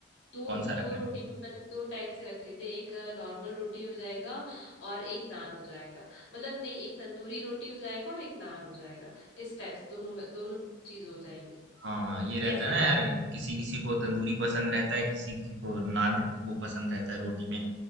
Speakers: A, on the left; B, on the right.
A: दो
B: कौन-सा
A: दो
B: रखना
A: रोटी
B: है?
A: मतलब दो टाइप से रख लेते हैं एक नॉर्मल रोटी हो जाएगा और एक नान हो जाएगा मतलब नहीं एक तंदूरी रोटी हो जाएगा और एक नान हो जाएगा इस टाइप से दोनों में दोनों चीज हो जाएंगी
B: हाँ, हाँ, ये रहता
A: कैसा
B: है
A: रहता
B: ना यार, किसी-किसी को तंदूरी पसंद रहता है, किसी-किसी को नान वो पसंद रहता है रोटी में।